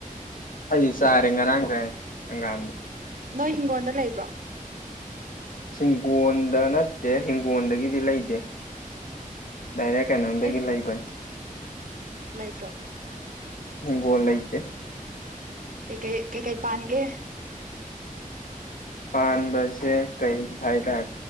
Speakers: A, on the left; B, on the right.
A: ꯑꯩ ꯁꯔꯦꯡ ꯉꯔꯥꯡꯒꯒꯥꯟꯗ
B: ꯅꯣꯏ ꯍꯤꯡꯒꯣꯜꯗ ꯂꯩꯕ꯭ꯔꯣ
A: ꯍꯤꯡꯒꯣꯟꯗ ꯅꯠꯇꯦ ꯍꯤꯡꯒꯣꯜꯗꯒꯤꯗꯤ ꯂꯩꯇꯦ ꯗꯥꯏꯅ ꯀꯩꯅꯣꯝꯗꯒꯤ
B: ꯅꯣꯏ
A: ꯂꯩꯕꯅꯤ
B: ꯀꯨꯇ꯭ꯔꯣ
A: ꯒꯣꯜ ꯏꯇꯦ
B: ꯀꯩ ꯀꯩ ꯀꯩ ꯀꯩ ꯄꯥꯟꯒꯦ
A: ꯄꯕꯁꯦ ꯀꯩ ꯍꯥꯏꯥꯏ ꯊꯔ